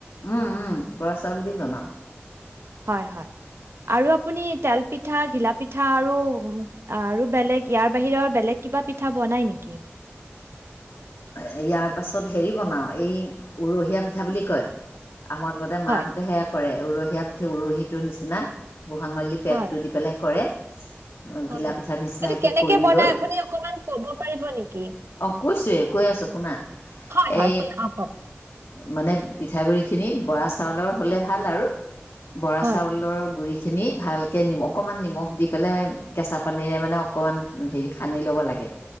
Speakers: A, on the left; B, on the right.
A: উম উম বৰা চাউল দি বনাওঁ
B: হয় হয়। আৰু আপুনি তেলপিঠা ঘিলাপিঠা আৰু। আৰু বেলেগ ইয়াৰ বাহিৰেবব বেলেগ কিবা পিঠা বনাই নেকি
A: ইয়াৰ পাছত হেৰি বনাওঁ এই উৰহীয়া পিঠা বুলি কয় আমাৰ ঘৰতে মাহঁতেহে
B: হয়।
A: কৰে উৰহী কঠিয়া পুঠি উৰহিটোৰ নিচিনা বুঢ়া আঙুলী পেটটো
B: হয়,
A: দি পেলাই কৰে
B: হয়
A: ঘিলা পিঠাৰ নিচিনাকৈ
B: এইটো কেনেকে
A: কৰি
B: বনাই
A: লৈ
B: আপুনি অকমান কব পাৰিব নেকি?
A: অঁ কৈছোঁৱেই কৈ আছো শুনা
B: হয়, হয়,
A: এ
B: শুনা অ', কওক।
A: মানে পিঠাগুড়ি খিনি বৰা চাউলৰ হ'লে ভাল আৰু বৰা
B: হয়,
A: চাউলৰ গুৰি খিনি ভালকৈ নি অকণমান নিমখ দি পেলাই কেঁচা পানীৰে মানে অকণমান হেৰি সানি ল'ব লাগে।